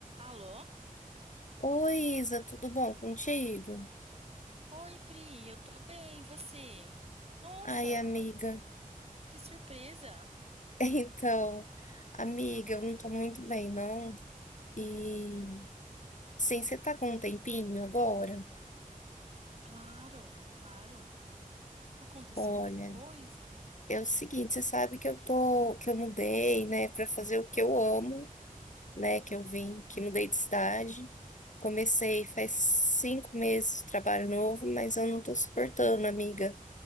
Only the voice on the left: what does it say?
Oi, Isa, tudo bom contigo?
Ai, amiga. <laughs>
Então, amiga, eu não tô muito bem, não. E sim, você tá com um tempinho agora?
Olha,
é o seguinte, você sabe que eu tô, que eu mudei, né, pra fazer o que eu amo, né, que eu vim, que mudei de cidade. Comecei faz cinco meses de trabalho novo, mas eu não tô suportando, amiga.